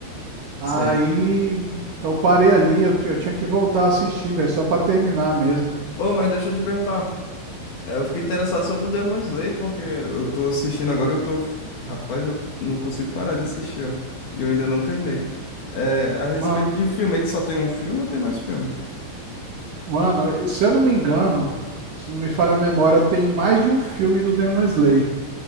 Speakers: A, on the right; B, on the left.
A: Aí
B: Sei.
A: eu parei ali, eu, ti- eu tinha que voltar a assistir, velho, só pra terminar mesmo.
B: Ô, mas deixa eu te perguntar. É, Eu fiquei interessado sobre o Demon Slayer, porque eu tô assistindo agora e eu tô. Rapaz, eu não consigo parar de assistir, ó. E eu ainda não terminei. É, a respeito
A: Mano,
B: de filme, ele só tem um filme ou tem mais filme?
A: mano, se eu não me engano, se não me falha a memória, tem mais de um filme do Demon Slayer.